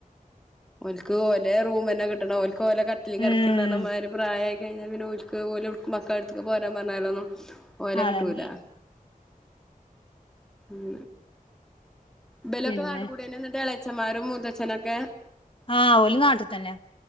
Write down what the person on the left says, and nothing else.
ഉം
അതന്നെ
പിന്നെ
ആഹ ഓൽ നാട്ടിൽ തന്നെ